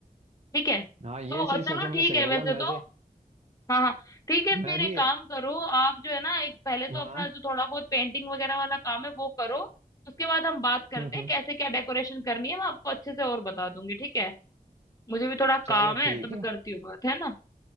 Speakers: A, on the left; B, on the right.
A: ठीक है
B: हाँ ये
A: तो अ,
B: सही
A: चलो
B: से तो तुमने
A: ठीक
B: सही
A: है
B: बोला
A: वैसे
B: मैं
A: तो हाँ हाँ ठीक है फिर
B: मैं
A: एक
B: भी
A: काम करो आप जो है ना एक पहले तो
B: हाँ
A: अपना जो थोड़ा बहुत पेंटिंग वगैरह वाला काम है वो करो उसके बाद हम बात करते
B: हम्म
A: हैं
B: हम्म
A: कैसे क्या डेकोरेशन करनी है मैं आपको अच्छे से और बता दूंगी ठीक है मुझे भी थोड़ा
B: चलो
A: काम है
B: ठीक
A: तो मैं
B: है
A: करती हूँ बात है ना